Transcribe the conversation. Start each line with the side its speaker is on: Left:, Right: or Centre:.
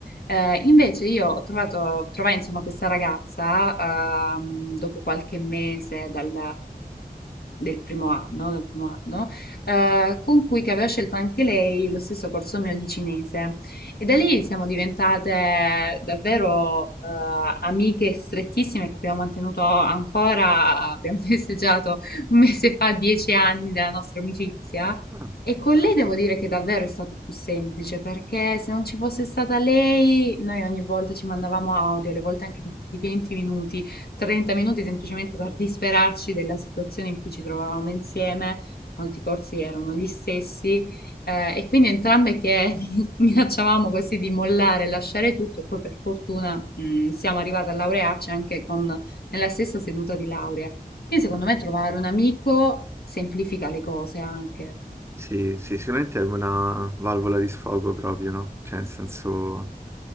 Left: Eh, invece io ho trovato, trovai insomma questa ragazza ehm, dopo qualche mese dal, del primo anno, del primo anno eh, con cui che aveva scelto anche lei lo stesso corso mio di cinese e da lì siamo diventate davvero eh, amiche strettissime che abbiamo mantenuto ancora, abbiamo <laughs> festeggiato un mese fa dieci anni della nostra amicizia
Right: Ah,
Left: e con lei devo dire che davvero è stato più semplice perché se non ci fosse stata lei, noi ogni volta ci mandavamo audio, alle volte anche di di 20 minuti, 30 minuti semplicemente per disperarci della situazione in cui ci trovavamo insieme. Molti corsi erano gli stessi, eh, e quindi entrambe che <laughs> mi- minacciavamo così di mollare, lasciare tutto, e poi per fortuna, mm, siamo arrivate a laurearci anche con, nella stessa seduta di laurea. Quindi secondo
Right: ah.
Left: me trovare un amico semplifica le cose anche.
Right: Sì, sì, sicuramente è una valvola di sfogo proprio, no? Cioè, nel senso,